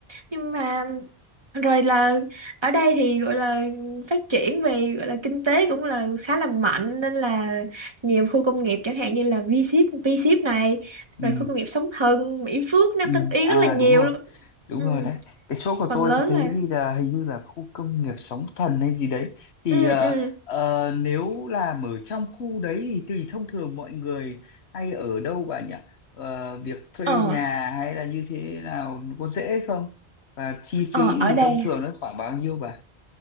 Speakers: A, on the right; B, on the left.
A: Nhưng mà rồi là ở đây thì gọi là phát triển về gọi là kinh tế cũng là khá là mạnh nên là nhiều khu công nghiệp chẳng hạn như là V-Ship, V-Ship này
B: ừ.
A: rồi khu công nghiệp Sóng Thần, Mỹ Phước, Nam
B: Ừ,
A: Tân Yên
B: à
A: rất là nhiều
B: đúng rồi
A: luôn.
B: đúng
A: Ừ,
B: rồi đấy cái chỗ của
A: phần
B: tôi
A: lớn
B: tôi thấy
A: là
B: ghi là hình như là khu công nghiệp Sóng Thần hay gì đấy thì
A: ừ
B: ờ,
A: ừ
B: ờ, nếu làm ở trong khu đấy thì tùy thông thường mọi người hay ở đâu bà nhỉ Ờ, việc thuê
A: ờ
B: nhà hay là như thế nào có dễ không và chi phí
A: ờ
B: thì
A: ở đây
B: thông thường nó khoảng bao nhiêu bà